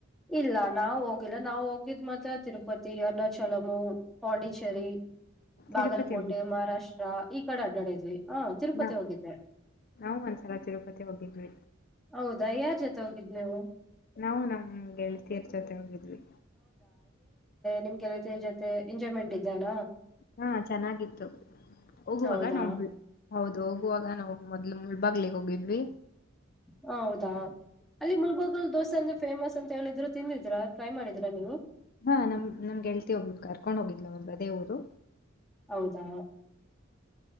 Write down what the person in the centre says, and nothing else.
ಇಲ್ಲ ನಾವ ಹೋಗಿಲ್ಲ ನಾವವು ಹೋಗಿದ್ ಮಾತ್ರ ತಿರುಪತಿ ಅರುಣಾಚಲಮು ಪಾಂಡಿಚೇರಿ
ಬಾಗಲಕೋಟೆ
ಮಹಾರಾಷ್ಟ್ರ ಈ ಕಡೆ ಅಡ್ಡಾಡಿದ್ವಿ ಹ ತಿರುಪತಿ
ಹೋಗಿದ್ದೆ
ಹೌದಾ ಯಾರ್ ಜೊತೆ ಹೋಗಿದ್ಿ ನೀವು
ನಿಮ್ಗೆಲ್ಲ ಜೊತೆ ಎಂಜಾಯ್ಮೆಂಟ್ ಇದ್ದಾನ
ಹೌದಾ
ಹ ಹೌದಾ ಅಲ್ಲಿ ಮುಲ್ಬಗಲ್ ದೋಸೆ ಅಂದ್ರೆ ಫೇಮಸ್ ಅಂತ ಹೇಳಿದ್ರು ತಿಂದಿದ್ರಾ ಟ್ರೈ ಮಾಡಿದ್ರಾ ನೀವು
ಹೌದಾ